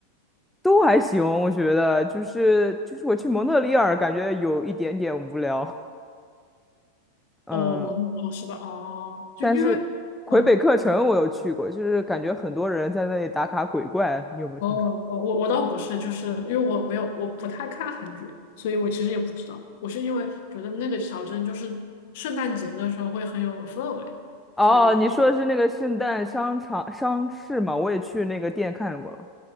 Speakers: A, in the centre; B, on the left.
A: 都还行，我觉得就是就是我去蒙特利尔，感觉有一点点无聊，嗯，
B: 哦，蒙特利尔是吧？哦，就因为嗯。
A: 但是魁北克城我有去过，就是感觉很多人在那里打卡鬼怪，你有没有听说？
B: 哦哦，我我倒不是，就是因为我没有，我不太看韩剧，所以我其实也不知道。我是因为觉得那个小镇就是圣诞节的时候会很有氛围，
A: 哦，
B: 所以
A: 你说的是那个圣诞商场商市吗？我也去那个店看过了，